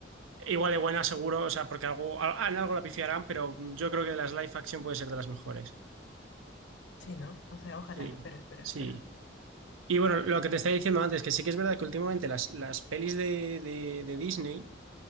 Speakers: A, on the right; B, on the left.
A: Igual de buena, seguro, o sea, porque algo, a- en algo la pifiarán, pero yo creo que de las live action puede ser de las mejores.
B: Sí, ¿no? O sea, ojalá,
A: Sí,
B: espero, espero,
A: sí.
B: espero.
A: Y bueno, lo que te estaba diciendo antes, que sí que es verdad que últimamente las, las pelis de, de- de Disney,